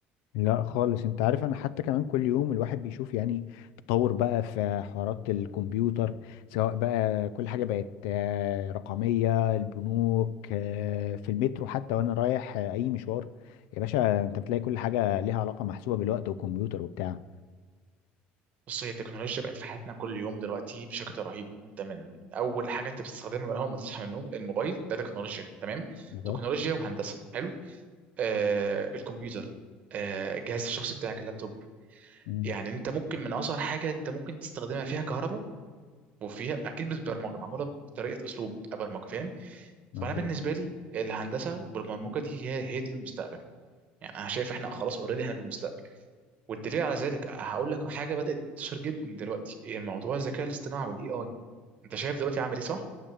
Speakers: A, on the left; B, on the right.
A: لا خالص انت عارف انا حتى كمان كل يوم الواحد بيشوف يعني تطور بقى في حوارات الكمبيوتر سواء بقى كل حاجة بقت آه، رقمية البنوك آه، في المترو حتى وانا رايح آه، اي مشوار يا باشا انت بتلاقي كل حاجة ليها علاقة محسوبة بالوقت والكمبيوتر وبتاع
B: بص هي التكنولوجيا بقت في حياتنا كل يوم دلوقتي بشكل رهيب انت من من اول حاجه انت بتستخدمها من اول ما تصحى من النوم الموبايل ده تكنولوجيا تمام
A: بالظبط
B: تكنولوجيا وهندسه حلو آه الكمبيوتر آه الجهاز الشخصي بتاعك اللابتوب
A: مم.
B: يعني انت ممكن من اصغر حاجه انت ممكن تستخدمها فيها كهرباء وفيها اكيد مش برمجه معموله بطريقه اسلوب برمجه فاهم
A: مظبوط
B: فانا بالنسبه لي الهندسه بالبرمجه دي هي هي دي المستقبل يعني انا شايف احنا خلاص اوريدي احنا في المستقبل والدليل على ذلك هقول لك حاجه بدات تنتشر جدا دلوقتي إيه موضوع الذكاء الاصطناعي والاي اي انت شايف دلوقتي عامل ايه صح